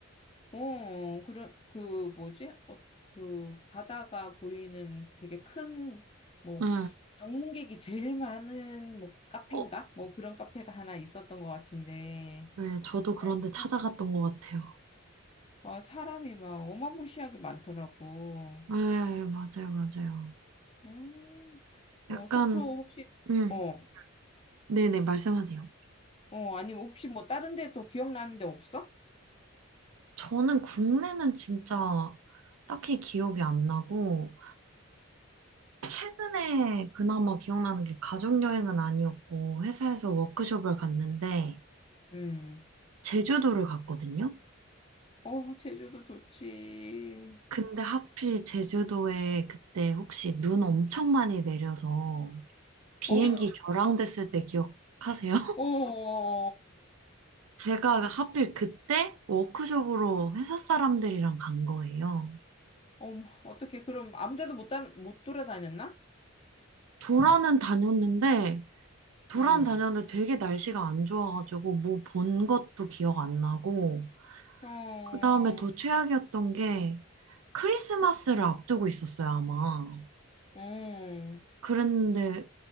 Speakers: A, on the left; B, on the right.
A: 어, 그런 그 뭐지? 어, 그 바다가 보이는 되게 큰 뭐
B: 예,
A: 방문객이 제일 많은 뭐 카페인가?
B: 어,
A: 뭐 그런 카페가 하나 있었던 것 같은데.
B: 네, 저도 그런데
A: 어,
B: 찾아갔던
A: 사,
B: 것 같아요.
A: 어, 사람이 막 어마무시하게 많더라고.
B: 예, 맞아요, 맞아요.
A: 음, 뭐
B: 약간,
A: 속초 혹시
B: 음,
A: 어,
B: 네네, 말씀하세요.
A: 어, 아니면 혹시 뭐 다른 데또 기억나는 데 없어?
B: 저는 국내는 진짜 딱히 기억이 안 나고, 최근에 그나마 기억나는 게 가족여행은 아니었고, 회사에서 워크숍을 갔는데,
A: 음.
B: 제주도를 갔거든요.
A: 어, 제주도 좋지.
B: 근데 하필 제주도에 그때 혹시 눈 엄청 많이 내려서 비행기
A: 어, <laughs>
B: 결항됐을 때 기억하세요? <laughs>
A: 어,
B: 제가 하필 그때 워크숍으로 회사 사람들이랑 간 거예요.
A: 어, 어떻게, 그럼 아무 데도 못, 다, 못 돌아다녔나?
B: 도라는 다녔는데, 도라는
A: 음.
B: 다녔는데 되게 날씨가 안 좋아가지고 뭐 본 것도 기억 안 나고,
A: 어,
B: 그 다음에 더 최악이었던 게 크리스마스를 앞두고 있었어요, 아마.
A: 어.
B: 그랬는데